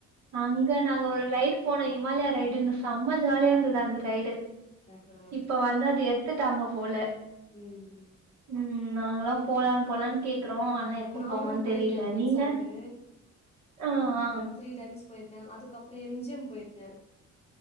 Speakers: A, on the right; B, on the left.
A: அங்க நாங்க ஒரு ரைடு போனோம் இஹமாலயா ரைடுன்னு செம்ம ஜாலியா இருந்தது அந்த ரைடு
B: ஆஹா
A: இப்ப வந்து அது எடுத்துட்டாங்க போல
B: ம் ம்
A: உம் நாங்கல்லா போலா
B: ம்
A: போலான்னு கேக்குறோம் ஆனா எப்ப
B: நானும்
A: போவோன்
B: போயிருக்கே
A: தெரில
B: குயின்ஸான்க்கு
A: நீங்க ஆ ஆ
B: ஒருத் த்ரீ டைம்ஸ் போயிருக்கே அதுக்கப்புறம் எம்ஜிஎம் போயிருக்க